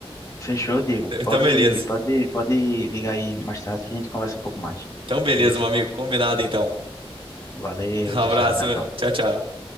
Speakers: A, on the left; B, on the right.
A: Fechou, Diego.
B: Então,
A: Pode,
B: beleza.
A: pode, pode ligar aí mais tarde que a gente conversa um pouco mais.
B: Então, beleza,
A: Beleza?
B: meu amigo. Combinado então.
A: Valeu,
B: <laughs> Um
A: tchau,
B: abraço,
A: tchau, até a
B: mano.
A: próxima.
B: Tchau, tchau.